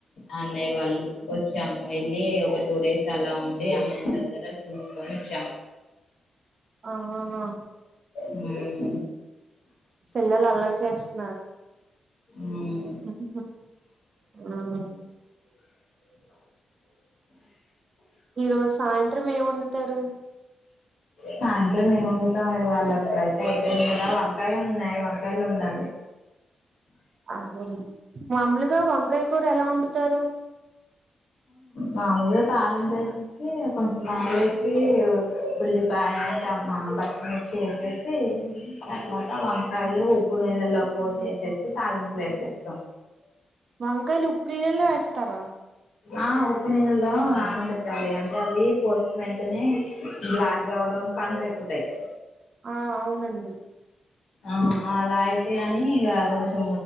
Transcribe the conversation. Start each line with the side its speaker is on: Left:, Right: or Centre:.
Left: అన్నయ్య వాళ్ళు వచ్చాము వెళ్ళి ఒక టూ డేస్ అలా ఉండి అమ్ మ దగ్గర చూసుకొని వచ్చాం
Right: ఆ ఆ ఆ
Left: హ్మ్మ్
Right: పిల్లలు అల్లరి చేస్తున్నారు
Left: మ్
Right: ఆ ఈరోోజు సాయంత్రం ఏం వండుతారు
Left: సాయంత్రం ఏం వండుతాం ఇవాళ్ళ ఇప్పుడైతే అయిపోయింది కదా వంకాయలు ఉన్నాయి వంకాయలు వండాలి
Right: అదే మామూలుగా వంకాయ కూర ఎలా వండుతారు
Left: మామలుగా తాలింపు వేసేసి కొంచెం ఆయిల్ ఏసీ ఉల్లిపాయ మ్మా పచ్చిమిర్చి యేసేసి తర్వాత వంకాయలు ఉప్పు నీళ్ళల్లో కోసి వేసేసి తాలింపూలో వేసేస్తాం
Right: వంకాయలు ఉప్పునీళ్ళల్లో ఏస్తారా
Left: ఆ ఉప్పు నీళ్ళలో నాన పెట్టాలి అంటే అవి కోసిన వెంటనే బ్లాక్గా ఉ కన్రెక్కుతయి
Right: ఆ అవునండి
Left: ఆ అలా అయితే అని ఇగ కొంచెం